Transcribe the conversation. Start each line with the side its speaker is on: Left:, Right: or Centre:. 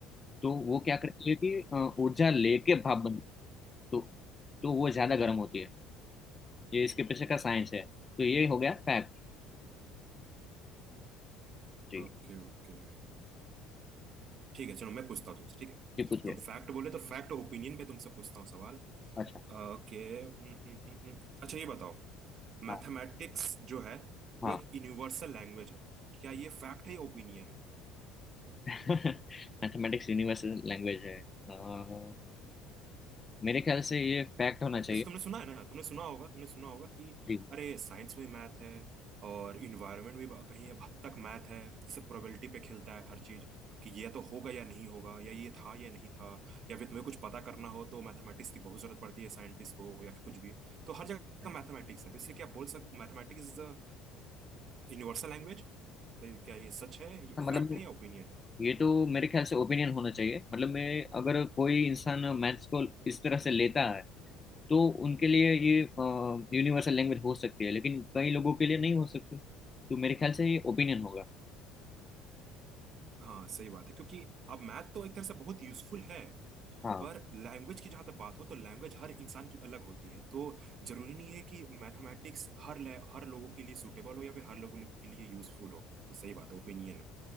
Left: तो वो क्या करती है कि अ, ऊर्जा लेके भाप बनती है तो तो वो ज़्यादा गर्म होती है ये इसके पीछे का साइंस है तो ये हो गया फैक्ट जी
Right: ओके ओके ठीक है चलो मैं पूछता हूँ तुमसे ठीक है
Left: जी पूछिए
Right: तुम फैक्ट बोले तो फैक्ट और ओपिनियन पे तुमसे पूछता हूँ सवाल
Left: अच्छा
Right: ओके हम्म, हम्म, हम्म, हम्म। अच्छा ये बताओ
Left: हाँ
Right: मैथमेटिक्स जो है
Left: हाँ
Right: वो एक यूनिवर्सल लैंग्वेज है क्या ये फैक्ट है या ओपिनियन है
Left: <laughs> मैथमेटिक्स यूनिवर्सल लैंग्वेज है अ, मेरे ख्याल से ये फैक्ट होना चाहिए
Right: जैसे तुमने सुना है ना तुमने सुना होगा तुमने सुना होगा कि
Left: जी
Right: अरे साइंस में मैथ है और इन्वायरमेंट भी कहीं अब हद तक मैथ है जैसे प्रोबेबिलिटी पे खेलता है हर चीज कि ये तो होगा या नहीं होगा या ये था या नहीं था या फिर तुम्हें कुछ पता करना हो तो मैथमेटिक्स की बहुत जरूरत पड़ती है साइंटिस्ट को या फिर कुछ भी तो हर जगह मैथमेटिक्स है तो इससे क्या बोल सकते mathematics is a universal language बताइए क्या ये सच है ये
Left: मतलब
Right: फैक्ट है या ओपिनियन है
Left: ये तो मेरे ख्याल से ओपिनियन होना चाहिए मतलब मैं अगर कोई इंसान मैथ्स को इस तरह से लेता है तो उनके लिए ये यूनिवर्सल लैंग्वेज हो सकती है लेकिन कई लोगों के लिए नहीं हो सकती तो मेरे ख्याल से ये ओपिनियन होगा
Right: हाँ सही बात है क्योंकि अब मैथ तो एक तरह से बहुत यूजफुल है
Left: हाँ
Right: पर लैंग्वेज की जहां तक बात हो तो लैंग्वेज हर इंसान की अलग होती है तो जरूरी नहीं है कि मैथमेटिक्स हर ले- हर लोगों के लिए सूटेबल हो या फिर हर लोगों के लिए यूजफुल हो तो सही बात है ओपिनियन है